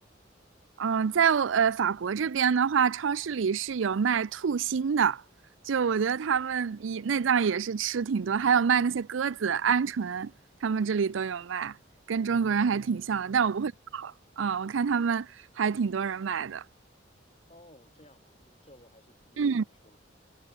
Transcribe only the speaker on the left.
哦
哦，这样吧，那这我还是第一次听说。